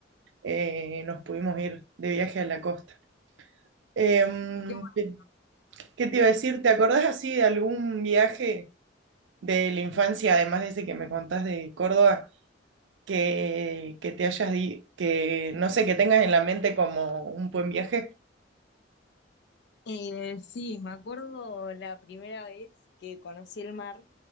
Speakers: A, on the right; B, on the left.
A: eh, nos pudimos ir de viaje a la costa. Em,
B: qué bueno.
A: ¿qué, qué te iba a decir? ¿Te acordás así de algún viaje de la infancia, además de ese que me contás de Córdoba? que, que te hayas di- que no sé, que tengas en la mente como un buen viaje.
B: Eh, sí, me acuerdo la primera vez que conocí el mar,